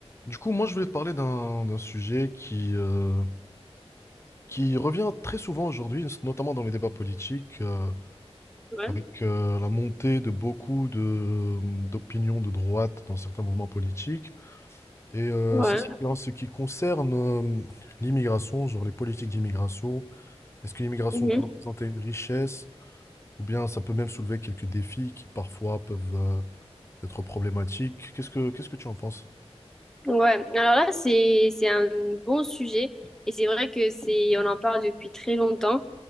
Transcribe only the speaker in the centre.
Ouais,
ouais,
mhm.
Ouais. Alors là, c'est c'est un bon sujet et c'est vrai que c'est on en parle depuis très longtemps,